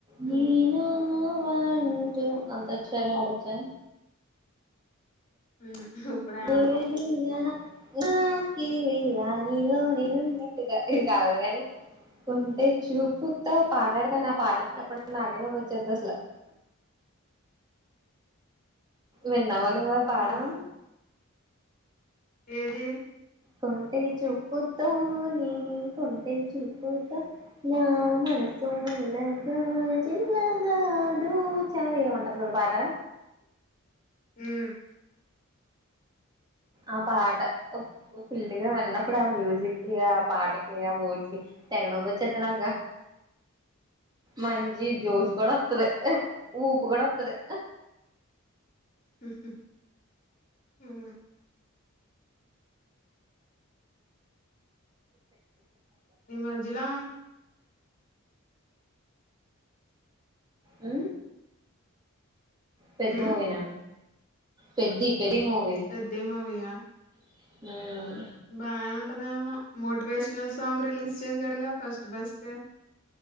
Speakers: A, on the left; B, on the right.
A: హ్మ్
B: నేను నువ్వంటూ అంతాక్షరి ఆడొచ్చా
A: హ్మ్ ఇప్పుడే
B: నేనున్నా
A: ఆడతాం
B: హాకీ ఇలా నీలో నేను ఉన్నట్టుగా ఇది కావలె కానీ కొంటే చూపుతో పాటడతాను నా పాటట్టినప్పుడు నాకే నువ్ వచ్చద్దు అసలు విన్నావ ఎవ్వలు పాడడం
A: హ్మ్ ఏది
B: కొంటె చూపుతో నీ కొంటె చూప్ తో నా మనసు మెల్లగా చిన్నగా దోచావే ఏం ఉంటది కదా పాట
A: అ
B: ఆ పాట పిల్లిగా విన్నప్పుడు ఆ మ్యూజిక్కిి ఆ పాటకి ఆ వర్డ్స్ కి తెగ నవ్వు వచ్చేస్తోంది నాకు మంచి జోస్
A: హ్మ్
B: కూడా వస్తాది ఊపు కూడా వస్తాది
A: అ ఈ మధ్యలో
B: ఆ పెద్ది
A: ఉమ్
B: మూవీ నా పెద్ది మూవీ
A: పెద్ది మూవీ ఆ
B: <unintelligible>
A: బావున్ టదేమో మోటివేషనల్ సాంగ్ రిలీజ్ చేశాడుగా ఫస్ట్ ఫస్టే